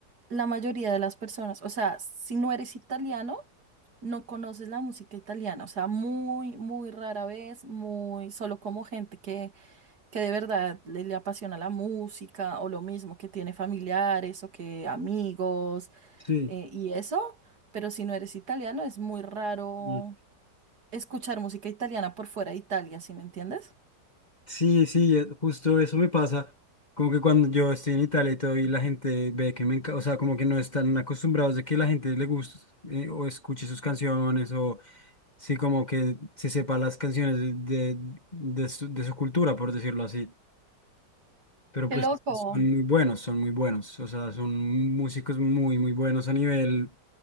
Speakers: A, on the right; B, on the left.
A: la mayoría de las personas, o sea, si no eres italiano, no conoces la música italiana, o sea, muy, muy rara vez, muy solo como gente que, que de verdad le, le apasiona la música o lo mismo, que tiene familiares o que amigos
B: Sí,
A: eh, y eso, pero si no eres italiano es muy raro
B: y-
A: escuchar música italiana por fuera de Italia, ¿sí me entiendes?
B: sí, sí, eh, justo eso me pasa, como que cuando yo estoy en Italia y todo y la gente ve que me encanta, o sea, como que no están acostumbrados de que la gente le guste eh, o escuche sus canciones o sí, como que se sepa las canciones de, de, de su, de su cultura, por decirlo así. Pero pues
A: Qué loco.
B: son muy buenos, son muy buenos. O sea, son músicos muy, muy buenos a nivel,